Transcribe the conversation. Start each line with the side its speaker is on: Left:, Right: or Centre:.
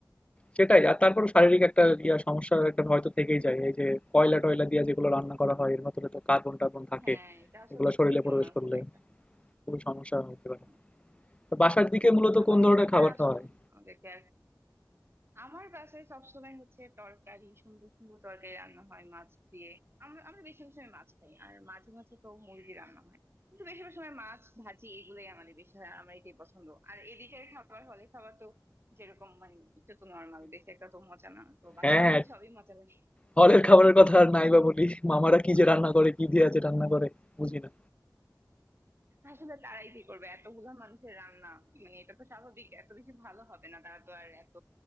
Left: সেটাই আর তারপর শারীরিক একটা ইয়া সমস্যা একটা ভয় তো থেকেই যায় এই যে কয়লা টয়লা দিয়ে যেগুলো রান্না করা হয় এর ভেতরে তো কার্বন টার্বন থাকে
Right: হ্যাঁ এটা আসলে
Left: এগুলো শরীরে
Right: ঠিকই
Left: প্রবেশ
Right: ওনার
Left: করলে
Right: খুব একটা
Left: খুবই সমস্যা হতে
Right: হুম।
Left: পারে তো বাসার দিকে মূলত
Right: খাবারের
Left: কোন ধরনের
Right: ব্যাপারে
Left: খাবার
Right: আসলে
Left: খাওয়া হয়
Right: আমাদেরকে আমার বাসায় সবসময় হচ্ছে তরকারি সুন্দর সুন্দর তরকারি রান্না হয় মাছ দিয়ে আমরা আমরা বেশিরভাগ সময় মাছ খাই আর মাঝে মাঝে তো মুরগি রান্না হয় কিন্তু বেশিরভাগ সময় মাছ ভাজি এগুলোই আমাদের বেশি হয় আমার এটাই পছন্দ আর এদিকের খাবার হলে খাবার তো যেরকম মানে এটা তো নর্মাল দেশে একটা তো মজা না তো বাসায়
Left: হ্যাঁ হ্যাঁ
Right: গেলে সবই মজা লাগে
Left: হলের খাবারের কথা আর নাই বা বলি মামারা কি যে রান্না করে কি দিয়ে যে রান্না করে বুঝি না
Right: আসলে তারাই কি করবে এতগুলা মানুষের রান্না মানে এটা তো স্বাভাবিক এত বেশি ভালো হবে না তারা তো আর এত